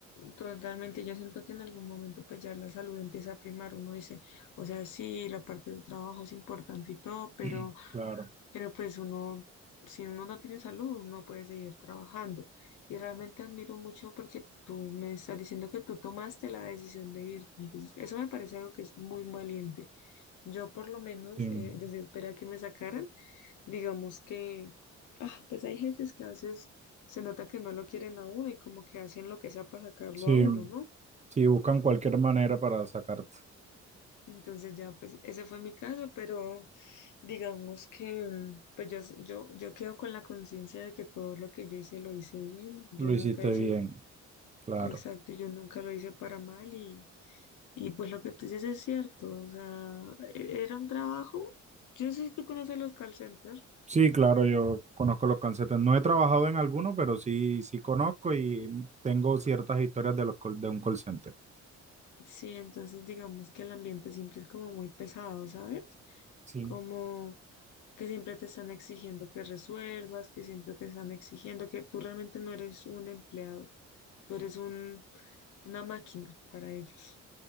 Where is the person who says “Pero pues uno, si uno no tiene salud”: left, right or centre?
Left